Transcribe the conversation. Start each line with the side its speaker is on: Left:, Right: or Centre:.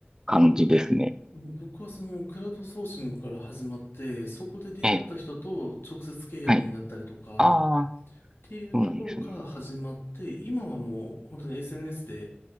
Right: 感じですね。
Left: いや、ぼもう僕はそのクラウドソーシングから始まって、そこで出会った人と直接契約になったりとか、
Right: ええ、はい。ああ、
Left: っていうところから始まって、
Right: そうなんですね。
Left: 今はもう本当に SNS で、